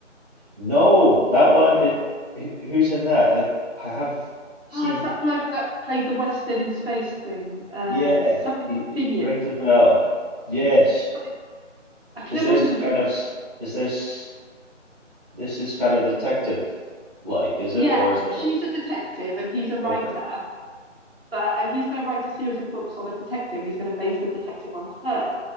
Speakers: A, on the right; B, on the right.
A: No, that one, it, wh- who's in that? I, I have seen,
B: Oh, it's that bloke that played the Western in space thing. Uh,
A: yeah,
B: something
A: he, it
B: Finian.
A: rings a bell. Yes.
B: Something I can
A: Is
B: never
A: this
B: <laughs> remember.
A: kind of s- is this this is kind of detective like, is it
B: Yeah,
A: or is it
B: she's a detective and he's a writer,
A: okay?
B: but and he's going to write a series of books on a detective, and he's going to base the detective on her.